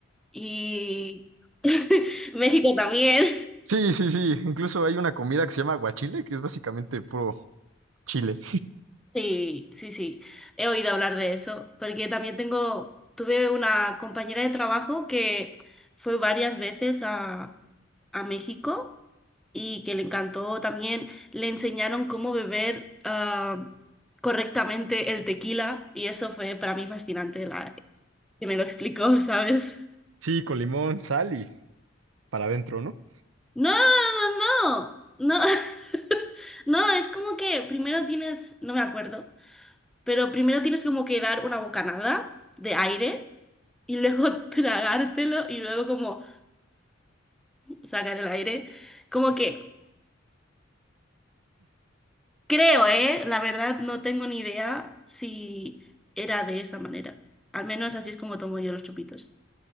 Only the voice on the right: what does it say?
Sí, sí, sí. Incluso hay una comida que se llama aguachile, que es básicamente puro chile.
Sí, con limón, sal y para adentro, ¿no?